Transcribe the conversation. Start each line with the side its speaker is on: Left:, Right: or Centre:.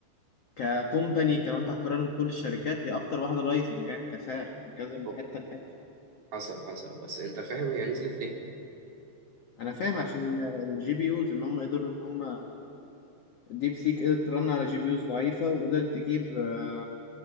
Left: ككومباني كان انت هتقارن كل الشركات هي اكتر واحده رايزنج يعني كسعر من كذا من
Right: أوه،
Left: حته لحته
Right: حصل حصل بس انت فاهم هي نزلت ليه
Left: انا فاهم عشان الجي بي يوز ان هم قدروا ان هم الديب سيك قدرت ترن على جي بي يوز ضعيفه وقدرت تجيب آه،